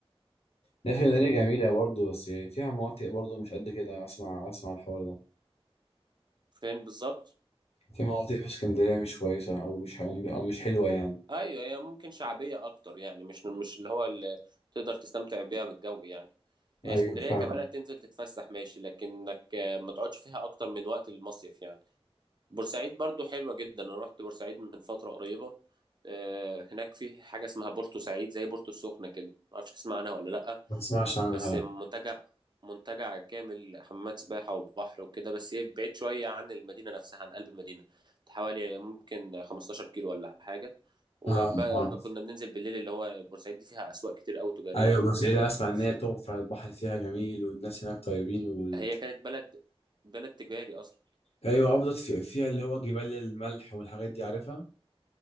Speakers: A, on the left; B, on the right.
A: لا اسكندريه جميله برضه بس فيها مناطق برضه مش قد كده اسمع اسمع الحوار ده
B: فين بالظبط
A: في مناطق في اسكندريه مش كويسه او مش او مش حلوه يعني
B: ايوه هي ممكن شعبيه اكتر يعني مش مش اللي هو اللي تقدر تستمتع بيها بالجو يعني هي
A: ايوه
B: اسكندريه
A: فعلا
B: كبلد تنزل تتفسح ماشي لكنك آه، ما تقعدش فيها اكتر من وقت المصيف يعني بورسعيد برضو حلوه جدا انا رحت بورسعيد من فتره قريبه آه، هناك في حاجه اسمها بورتو سعيد زي بورتو السخنه كده ما اعرفش تسمع عنها ولا لا
A: ما اسمعش عنها
B: بس
A: لا
B: منتجع منتجع كامل حمامات سباحة وبحر وكده بس هي بعيد شوية عن المدينة نفسها عن قلب المدينة حوالي ممكن 15 كيلو ولا حاجة وبقى
A: آه. آه.
B: كنا بننزل بالليل اللي هو بورسعيد دي فيها أسواق كتير أوي تجارية
A: ايوه
B: و-
A: بورسعيد انا اسمع ان
B: والسوق
A: هي تحفه البحر فيها جميل والناس هناك طيبين وفيها
B: هي كانت بلد بلد تجاري أصلا
A: ايوه افضل في فيها اللي هو جبال الملح والحاجات دي عارفها